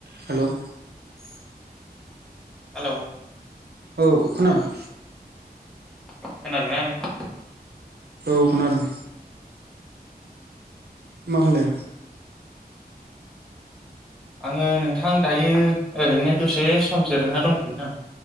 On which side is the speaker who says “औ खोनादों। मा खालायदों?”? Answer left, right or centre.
Right